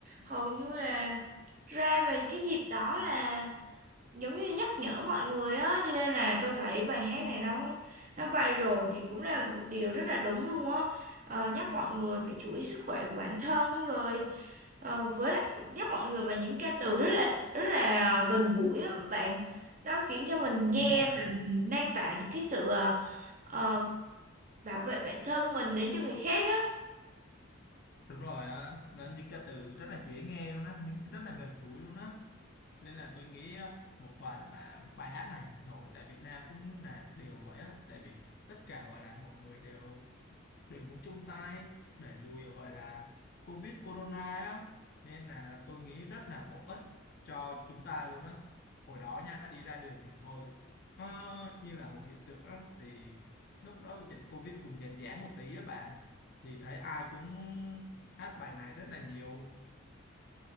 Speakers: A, on the right; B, on the left.
A: hầu như là ra về cái dịp đó là giống như nhắc nhở mọi người á, cho nên là tôi thấy bài hát này nó nó viral thì cũng là một điều rất là đúng luôn á. Ờ, nhắc mọi người phải chú ý sức khỏe của bản thân rồi ờ, với lại nhắc mọi người bằng những ca từ rất là rất là gần gũi á bạn. Đó khiến cho mình nghe
B: đúng rồi
A: mà
B: á
A: mình lan tỏa được cái sự uh, bảo vệ bản thân mình đến cho người khác á
B: Đúng rồi á, đó những cái từ rất là dễ nghe luôn á, những rất là gần gũi luôn á. Nên là tôi nghĩ ờ, một phần mà bài hát này nổi tại Việt Nam cũng là điều vậy á, tại vì tất cả gọi là mọi người đều đều muốn chung tay đẩy lùi gọi là Covid Corona á nên là tôi nghĩ rất là bổ ích cho chúng ta luôn á hồi đó nha đi ra đường thì thôi nó như là một hiện tượng á thì lúc đó dịch Covid cùng dàn giãn một tí á bạn thì thấy ai cũng hát bài này rất là nhiều